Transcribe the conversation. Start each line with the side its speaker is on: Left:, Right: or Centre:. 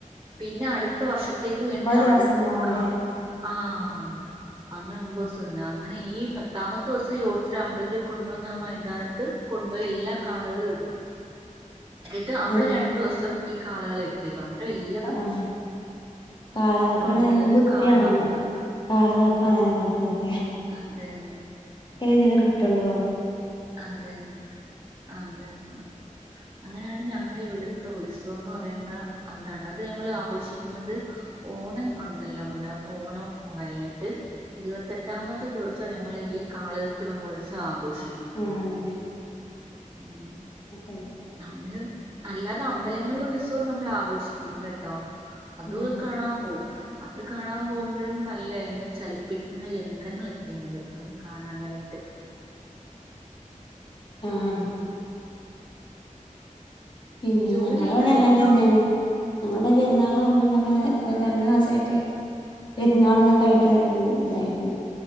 Right: പിന്നെ അടുത്ത വർഷത്തേക്ക് വേണ്ടി
Left: ദിവസം
Right: അടുത്ത
Left: ഉണ്ടാവൂലേ
Right: കാ ആഹ ഉണ്ട് അങ്ങനെ ഒമ്പത് ദിവസംണ്ട് അങ്ങനെ ഈ പത്താമത്തെ ദിവസംഈ യോസ അമ്പലത്തെ കൊണ്ടപോന്ന ആ മൈതാനത്ത് കൊണ്ടപോ എല്ലാ കാളകളും ഇടും എന്നിട്ട് അവിടെ
Left: ആഹ്
Right: രണ്ടു ദിവസം ഈ കാളകൾ ഒക്കെ <unintelligible>
Left: ആഹ കാളകൾക്ക്
Right: ആളുകളത്
Left: പിന്ന നല്ല ബുദ്ധിയാണല്ലോ
Right: കാണാൻ വരും
Left: കാളകൾക്കും ആനകൾക്കുംമോക്കെ
Right: അതെ ലേ
Left: ഇതിന് കിട്ടുള്ളോ
Right: അതന്നെ ആ അതന്നെ അങ്ങനെയാണ് ഞങ്ങളുടെ ഇവിടുത്തെ ഉത്സവം എന്ന് പറയുന്ന എന്താണ് അത് ഞങ്ങ ആഘോഷിക്കുന്നത് ഓണം ഉണ്ടല്ലോ നമ്മുടെ ഓണം കഴിഞ്ഞിട്ട് ഇരുപത്തെട്ടാമത്തെ ദിവസം ഞങ്ങള്ൾ ഈ കാളകെട്ട് പോത്സവം ആഘോഷിക്കും ടെ
Left: ആഹ്
Right: <unintelligible> ഉം
Left: അ ശരി
Right: നമ്മള് അല്ലാതെ അമ്പലങ്ങളില ഉത്സവം നമ്മൾ ആഘോഷിക്കും കേട്ടോ അതൊ
Left: ആഹ്
Right: കാണാൻ പോകും അത് കാണാൻ പോകുമ്പോഴും നല്ല ഇങ്ങനെ ചലിപ്പിക്കുന്ന യന്ത്രങ്ങൾ ഒക്കെയുണ്ട് അവിടെ കാണാനായിട്ട്
Left: ആഹ പിന്നെ
Right: ജോലിയൊക്കെ
Left: ഞങ്ങള അവിടെ
Right: കഴിഞ്ഞോ
Left: അങ്ങനെ തന്നെയാണ് ഞങ്ങളുടെ പെരുന്നാള ആകുമ്പോ എന്തൊക്കെ ഇപ്പൊ രണ്ടു മാസയിട്ട് പെരുന്നാളന്തൊക്കെ ആയിട്ട് നല്ലൊരു ഇതായിരുന്നു